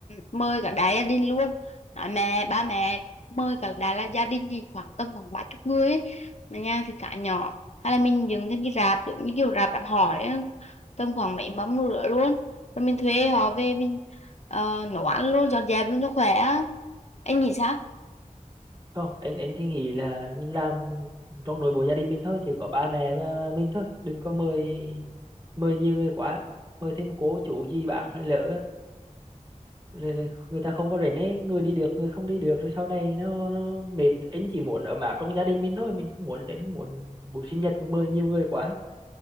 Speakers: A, on the left (about 55°); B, on the right (about 35°).
A: mời cả đại gia đình luôn nói mẹ ba mẹ mời cả đại là gia đình thì khoảng tầm khoảng ba chục người ấy. mà nhà thì khá nhỏ hay là mình dựng thêm cái rạp giống như kiểu rạp đám hỏi ấy, tầm khoảng mấy mâm nữa luôn rồi mình thuê họ về mình ờ, nấu ăn luôn dọn dẹp luôn cho khỏe á anh nghĩ sao
B: không anh anh thì nghĩ là mình làm trong nội bộ gia đình mình thôi chỉ có ba mẹ và, và mình thôi đừng có mời mời nhiều người quá mời thêm cô chú gì bác hay lỡ rồi là người ta không có rảnh ấy người đi được người không đi được rồi sau này nó nó mệt anh chỉ muốn ấm áp trong gia đình mình thôi mình không muốn anh không muốn buổi sinh nhật mà mời nhiều người quá